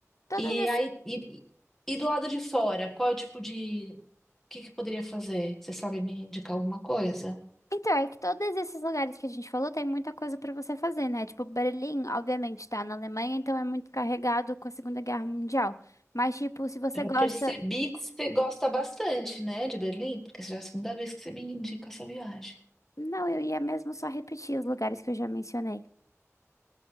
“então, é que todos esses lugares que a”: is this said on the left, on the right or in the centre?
Left